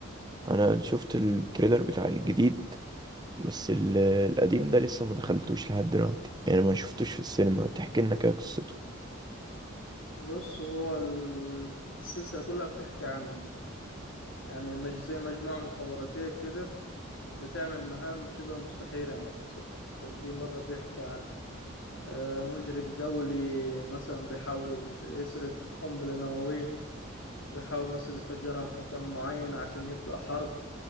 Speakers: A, on the right; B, on the left.
A: أنا شفت التريلر بتاع الجديد بس ال- القديم ده لسه ما دخلتوش لحد دلوقتي يعني ما شفتوش في السينما تحكي لنا كده قصته
B: بص هو ال- السلسلة كلها بتحكي عن يعني مج زي مجموعة مخابراتية كده بتعمل مهام شبه مستحيلة يعني مثلا كان في مرة بيحكي عن آه، مجرم دولي مثلا بيحاول يسرق قنبلة نووية ويحاول مثلا يفجرها في مكان معين عشان يبدأ حرب